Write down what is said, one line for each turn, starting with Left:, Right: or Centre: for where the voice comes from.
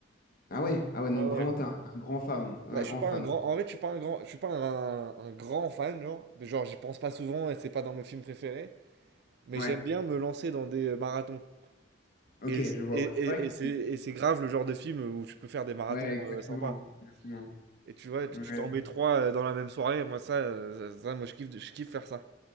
Left: Ah ouais, ah ouais,
Right: Ouais,
Left: donc
Right: ouais.
Left: vraiment, t'es un, un grand fan, un
Right: Bah, je
Left: grand
Right: suis pas
Left: fan.
Right: un grand, en fait, je suis pas un grand, je suis pas un, un grand fan, genre, mais genre, j'y pense pas souvent et c'est pas dans mes films préférés, mais
Left: Ouais,
Right: j'aime bien me lancer dans des euh, marathons.
Left: ok,
Right: Et,
Left: je vois.
Right: et,
Left: Ouais, c'est
Right: et,
Left: vrai que...
Right: et c'est et c'est grave le genre de film où tu peux faire des marathons
Left: Ouais, exactement.
Right: euh, sympas.
Left: exactement.
Right: Et tu vois, tu
Left: Ouais.
Right: t'en mets 3 heu, dans la même soirée, moi ça, heu, ça ça moi je kiffe de je kiffe faire ça.